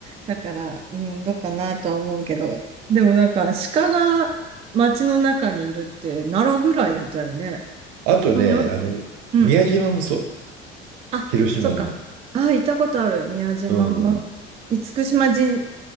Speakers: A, on the right (about 20°); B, on the right (about 65°).
A: だから、うん、どうかなとは思うけど。でもなんか、鹿が街の中にいるって奈良ぐらいだよね。
B: あとね、
A: 他にあるかなうん。
B: あの、宮島もそう、
A: あ、
B: 広島の。
A: そっか。ああ、行ったことある。宮島も。
B: うん
A: 厳島神、ん厳